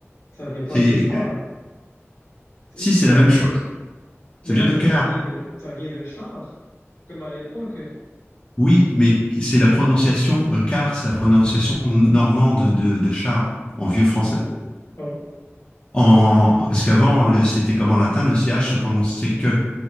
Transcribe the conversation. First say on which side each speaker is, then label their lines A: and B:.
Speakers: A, on the left; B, on the left.
A: ça vient pas
B: c'est,
A: de corps. hein. Ça,
B: si
A: ça-
B: c'est la même
A: vient...
B: chose, ça
A: Mais
B: vient
A: non,
B: de
A: mais
B: car.
A: ça vient de... ça vient de char, comme à l'époque.
B: Oui, mais c'est la prononciation, euh, car c'est la prononciation normande de, de char en vieux français.
A: Ah bon? Ah bon?
B: En, parce qu'avant, le- c'était comme en latin, le CH se prononçait que.